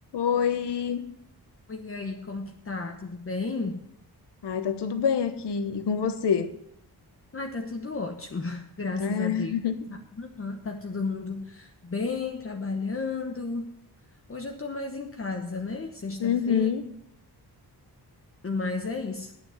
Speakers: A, on the left; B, on the left.
A: Oi!
B: Oi, e aí, como que tá? Tudo bem?
A: Ai, tá tudo bem aqui. E com você?
B: Ai, tá tudo ótimo, <laughs> graças
A: É.
B: a Deus. Tá, aham, tá todo mundo bem, trabalhando. Hoje eu tô mais em casa, né? Sexta-feira,
A: Uhum.
B: mas é isso.